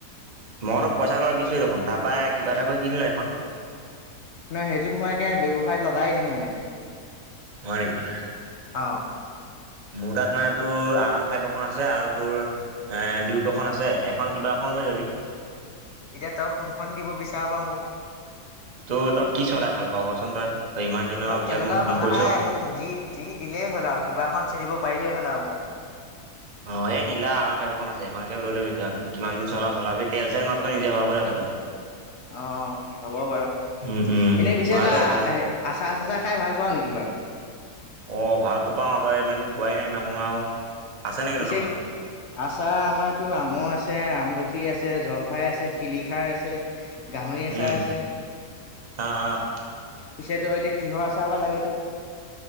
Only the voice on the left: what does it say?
নহয় সেইটোত মই একে ব্যয়ৱসায়ত লগাই দিম মানে।
অ'।
এতিয়া তেওঁক কোনখন দিব বিচৰা বা মোক।
তেনেকুৱা
কথা
নাই মোক যি যি দিলেই হ'ল আৰু কিবা এখন চিনিব পাৰিলেই হ'ল আৰু মোক।
অ' হ'ব বাৰু এনেই
পিছে
যোৱা
আচাৰ চাচা খাই ভাল পাওঁ নেকি বাৰু।
পিছে
আচাৰ আমাৰতো আমৰ আছে আমলখি আছে জলফাই আছে শিলিখাৰ আছে। গাহৰি আচাৰ
আছে।
পিছেত এতি কিহৰ চচাৰৰ বা লাগেত তোক।